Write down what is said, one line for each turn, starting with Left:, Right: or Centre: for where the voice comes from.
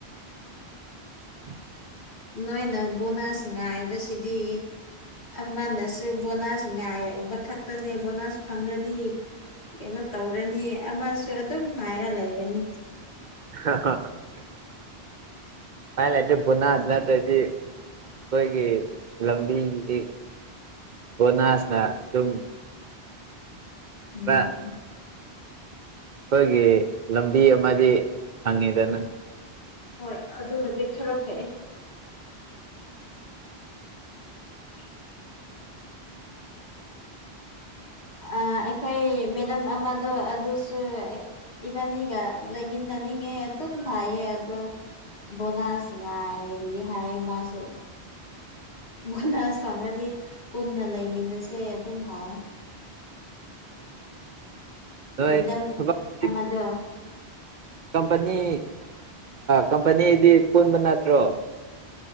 Right: <inaudible>
Left: ꯅꯣꯏꯅ ꯕꯣꯅꯥꯁ ꯉꯥꯏꯕꯁꯤꯗꯤ ꯑꯃꯅꯁꯨ ꯕꯣꯅꯥꯁ ꯉꯥꯏꯕ ꯈꯛꯇꯅꯦ ꯕꯣꯅꯥꯁ ꯐꯪꯔ꯭ꯔꯗꯤ ꯀꯩꯅꯣ ꯇꯧꯔꯅꯤ ꯑꯃꯁꯨ ꯑꯗꯨꯝ ꯍꯥꯏꯔ ꯂꯩꯔꯅꯤ
Right: <unintelligible> ꯍꯥꯏꯥꯏ ꯂꯩꯗꯦ ꯕꯨꯣꯅꯥꯁ ꯅꯠꯇ꯭ꯔꯗꯤ ꯑꯩꯈꯣꯏꯒꯤ ꯂꯝꯕꯤꯁꯤꯗꯤ ꯕ‌ꯣꯅꯥꯥꯁꯅꯥ ꯗꯨꯝ
Left: <inaudible>
Right: <unintelligible>
Left: <unintelligible>
Right: ꯑꯩꯈꯣꯏꯒꯤ ꯂꯝꯕꯤ ꯑꯃꯗꯤ ꯐꯪꯉꯤꯗꯅ
Left: ꯍꯣꯏ ꯑꯗꯨ ꯍꯧꯖꯤꯛ ꯆꯨꯔꯨꯞ ꯊꯛꯏ <unintelligible> ꯑ ꯑꯩꯈꯣꯏ ꯃꯦꯗꯝ ꯑꯃꯗꯣ ꯑꯗꯨꯁꯨ ꯏꯕꯥꯅꯤꯒ ꯂꯩꯃꯤꯟꯅꯅꯤꯡꯉꯦ ꯑꯗꯨꯝ ꯍꯥꯏꯌꯦ ꯑꯗꯣ ꯕꯣꯅꯁ ꯉꯥꯏꯔꯤꯋ‌ꯦ ꯍꯥꯏ ꯃꯥꯁꯨ ꯕꯣꯅꯁ ꯐꯪꯉꯗꯤ ꯄꯨꯟꯅ ꯂꯩꯃꯤꯟꯅꯁꯦ ꯑꯗꯨꯝ ꯍꯥꯏ
Right: ꯅꯣꯏ
Left: ꯃꯦꯗꯝ
Right: ꯊꯕꯛꯇꯤ
Left: ꯑꯃꯗꯣ
Right: ꯀꯝꯄꯅꯤ ꯀꯝꯄꯅꯤꯗꯤ ꯄꯨꯟꯕ ꯅꯠꯇ꯭ꯔꯣ